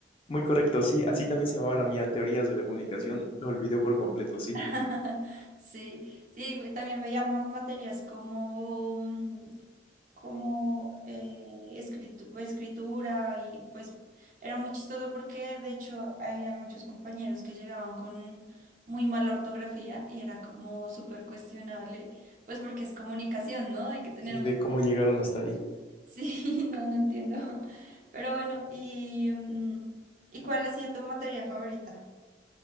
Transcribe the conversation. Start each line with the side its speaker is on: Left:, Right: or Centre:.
Left: muy correcto, sí. Así también se llamaba la mía, teorías de la comunicación. Lo olvidé por completo, sí.
Right: <laughs> Sí, sí, güey, también veíamos materias como, mm, como eh, escritu- pues, escritura y pues era muy chistoso porque de hecho había muchos compañeros que llegaban con muy mala ortografía y era como súper cuestionable, pues porque es comunicación, ¿no? Hay que tener
Left: Sí,
Right: muy...
Left: de
Right: <laughs>
Left: cómo llegaron hasta ahí.
Right: Sí, no, no entiendo. <laughs> Pero bueno, ¿y, mm, ¿y cuál ha sido tu materia favorita?